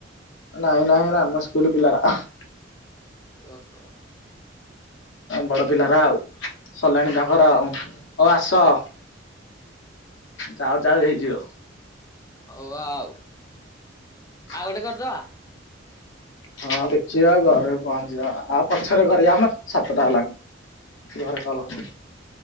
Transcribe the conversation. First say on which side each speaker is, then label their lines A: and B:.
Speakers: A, on the left; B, on the left.
A: ନହିଁ ନାହିଁ ହେରା ଆମ ସ୍କୁଲ ପିଲାରା ଆଁହଁ।
B: ଓହୋ।
A: ବଡ ପିଲାରା ଆଉ ସଲାଣି ତାଙ୍କର ଆଉ ହଉ ଆସ। ଯାଉ ଯାଉ ହେଇଯିବ।
B: ହଉ ଆଉ।
A: ଆହୁରି
B: ଆଉ ଗୋଟେ କରିଦବା
A: ଶସ୍ତା। ହଁ ଦେଖିବାଉ ଘରେ ପହଞ୍ଚିବା ଆଉ ପଛରେ କରିବା ମ ସାତଟା ହେଲାଣି। ଘରେ କଲ
B: ହଉ
A: କରିବି।
B: ହଉ